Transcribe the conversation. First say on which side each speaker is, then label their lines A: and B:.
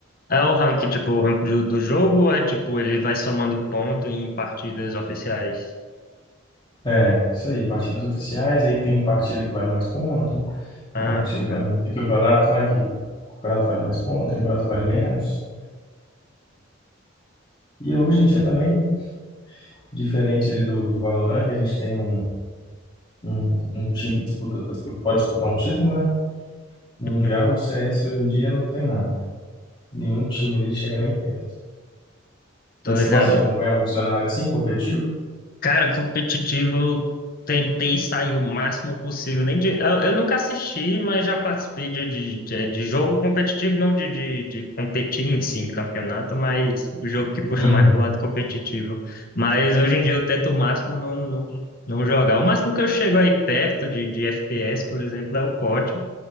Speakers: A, on the left; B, on the left.
A: é o rank, tipo, o rank do, do jogo, ou é tipo, ele vai somando ponto em partidas oficiais.
B: É, isso aí, partidas oficiais, aí tem partida que vale mais ponto, tem
A: Ah,
B: partida
A: tô ligado.
B: que vale menos, tem campeonato, né, que campeonato vale mais ponto, tem campeonato que vale menos. E hoje em dia também, diferente ali do, do Valorant, que a gente tem um, Um, um time que disputa, tá dispu- pode disputar um título, né? Mundial,
A: Uhum.
B: o CS hoje em dia não tem nada. Nenhum time ali chega nem perto.
A: Tô
B: Mas
A: ligado.
B: você gosta de acompanhar algum cenário assim, competitivo?
A: Cara, competitivo, eu tentei sair o máximo possível. Nem de- eu, eu nunca assisti, mas já participei de, de, de- de jogo competitivo, não de, de, de competir em si, em campeonato, mas o jogo que puxa
B: Uhum,
A: mais pro lado competitivo. Mas hoje em dia eu tento o máximo não, não, não jogar. O máximo que eu chego aí perto de, de FPS, por exemplo, é o COD.